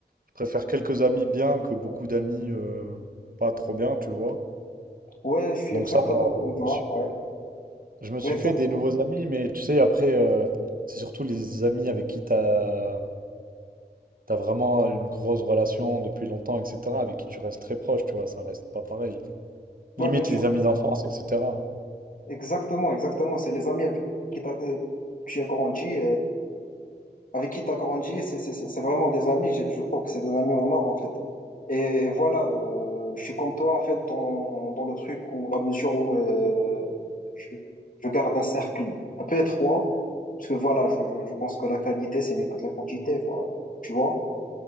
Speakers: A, on the right (about 55°); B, on the left (about 50°).
A: je préfère quelques amis bien que beaucoup d'amis euh, pas trop bien, tu vois.
B: Ouais, je suis
A: Donc
B: exactement
A: ça va,
B: comme toi.
A: je me suis,
B: Ouais.
A: je me
B: Ouais,
A: suis
B: exact-
A: fait des nouveaux amis, mais tu sais, après, euh, c'est surtout les amis avec qui t'as, t'as vraiment une grosse relation depuis longtemps, etc., avec qui tu restes très proche, tu vois, ça reste pas pareil.
B: ouais,
A: Limite
B: bien sûr.
A: les amis d'enfance, etc.
B: Exactement, exactement. C'est les amis avec qui t'as- euh, tu as grandi. avec qui tu as grandi, c'est c'est- c'est- c'est vraiment des amis. Je, je trouve que c'est des amis en or, en fait. Et voilà, euh, je suis comme toi, en fait, dans, dans le truc où, la mesure où euh, je, je garde un cercle un peu étroit, parce que voilà, je, je, je pense que la qualité, c'est mieux que la quantité, voilà, tu vois.